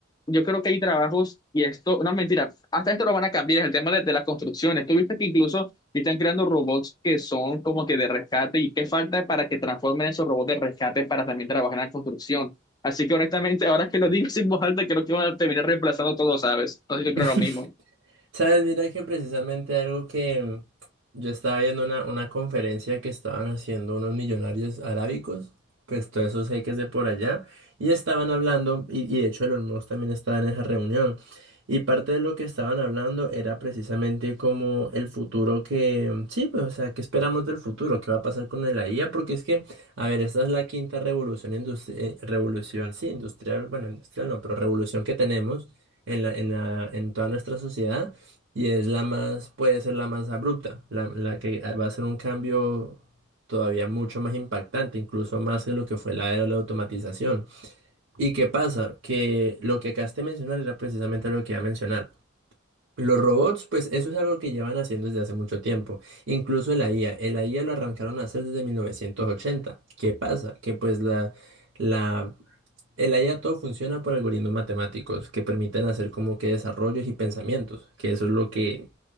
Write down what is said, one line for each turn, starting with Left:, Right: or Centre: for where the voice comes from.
Left: yo creo que hay trabajos, y esto, no mentira, hasta esto lo van a cambiar, es el tema de, de las construcciones. Tú viste que incluso están creando robots que son como que de rescate, y qué falta para que transformen esos robots de rescate para también trabajar en la construcción. Así que honestamente, ahora que lo digo <laughs> sin voz alta, creo que van a terminar reemplazando todo, ¿sabes? Entonces yo creo
Right: <laughs>
Left: lo mismo.
Right: Sabes, mira que precisamente algo que yo estaba viendo una, una conferencia que estaban haciendo unos millonarios arábicos, pues todos esos jeques de por allá, y estaban hablando, y, y de hecho Elon Musk también estaba en esa reunión, y parte de lo que estaban hablando era precisamente como el futuro que, sí, pues o sea, ¿qué esperamos del futuro? ¿Qué va a pasar con la IA? Porque es que, a ver, esta es la quinta revolución industrial, revolución, sí, industrial, bueno, industrial no, pero revolución que tenemos en la, en la, en toda nuestra sociedad. Y es la más, puede ser la más abrupta, la, la que va a ser un cambio todavía mucho más impactante, incluso más que lo que fue la era de la automatización. ¿Y qué pasa? Que lo que acabaste de mencionar era precisamente lo que iba a mencionar. Los robots, pues eso es algo que llevan haciendo desde hace mucho tiempo. Incluso la IA, el IA lo arrancaron a hacer desde mil novecientos ochenta ¿Qué pasa? Que pues la, la, el IA todo funciona por algoritmos matemáticos que permiten hacer como que desarrollos y pensamientos, que eso es lo que